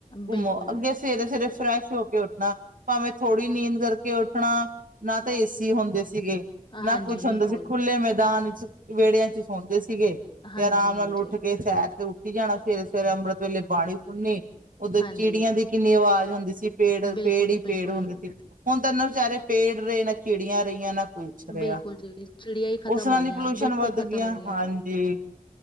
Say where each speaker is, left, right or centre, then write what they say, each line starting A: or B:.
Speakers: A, on the right; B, on the left.
A: ਘੁੰਮੋ
B: ਬਿਲਕੁਲ
A: ਅੱਗੇ ਸਵੇਰੇ ਸਵੇਰੇ। ਫਰੈਸ਼ ਹੋ ਕੇ ਉੱਠਣਾ ਭਾਵੇਂ ਥੋੜ੍ਹੀ ਨੀਂਦ ਕਰਕੇ ਉੱਠਣਾ ਨਾ ਤਾਂ ਏਸੀ ਹੁੰਦੇ ਸੀ। ਸੀਗੇ
B: ਹਾਂਜੀ
A: ਨਾ ਕੁਛ
B: ਬਿਲਕੁਲ।
A: ਹੁੰਦਾ ਸੀ ਖੁੱਲੇ ਮੈਦਾਨ ਚ ਵਿਹੜਿਆਂ ਚ ਸੌਦੇ ਸੀ ਸੀਗੇ
B: ਹਾਂਜੀ-ਹਾਂਜੀ,
A: ਤੇ ਆਰਾਮ ਨਾਲ ਉੱਠ ਕੇ ਸੈਰ ਤੇ ਉੱਠੀ ਜਾਣਾ ਸਵੇਰੇ ਸਵੇਰੇ ਅੰਮ੍ਰਿਤ ਵੇਲੇ ਬਾਣੀ ਸੁਣਨੀ। ਉਓਦਰ
B: ਹਾਂਜੀ
A: ਚਿੜੀਆਂ ਦੀ ਕਿੰਨੀ ਆਵਾਜ਼ ਹੁੰਦੀ ਸੀ ਪੇੜ
B: ਹਾਂਜੀ, ਬਿਲਕੁਲ
A: ਪੇੜ
B: ਜੀ
A: ਹੀ
B: ਬਿਲਕੁਲ।
A: ਪੇੜ ਹੁੰਦੇ ਸੀ ਹੁਣ ਤੈਨੂੰ ਵਿਚਾਰੇ ਪੇੜ ਰਹੇ ਨਾ ਚਿੜੀਆਂ ਰਹੀਆਂ ਨਾ ਪੁਛ ਰਿਹਾ
B: ਬਿਲਕੁਲ ਜੀ ਚਿੜੀਆਂ ਹੀ ਖ਼ਤਮ
A: ਉਸ ਨਾਲ
B: ਹੋ ਗਈਆਂ
A: ਹੀ ਪੋਲਿਊਸ਼ਨ
B: ਬਿਲਕੁਲ
A: ਵੱਧ
B: ਖ਼ਤਮ
A: ਗਆਂ
B: ਹੋ ਗਈਆਂ
A: ਹਾਂਜੀ।